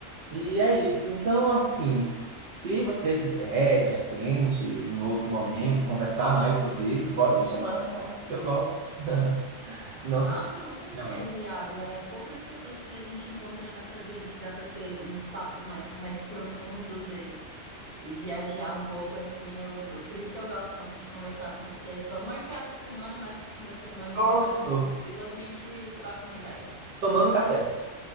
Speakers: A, on the right (about 60°); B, on the right (about 35°).
A: E é isso. Então, assim, se você quiser, de repente, em outro momento, conversar mais sobre isso, pode me chamar, tá? Eu gosto. <laughs> Não
B: Nossa,
A: se esqueça,
B: com certeza,
A: minha
B: Iago. É poucas pessoas que a gente encontra nessa vida que dá pra ter uns papos mais, mais profundos e, e viajar um pouco assim. Eu, por isso que eu gosto tanto de conversar com você. E vamos marcar essa semana, mais pro fim da semana,
A: Pronto.
B: quando tiver mais tranquilo, a gente troca uma ideia.
A: Tomando café.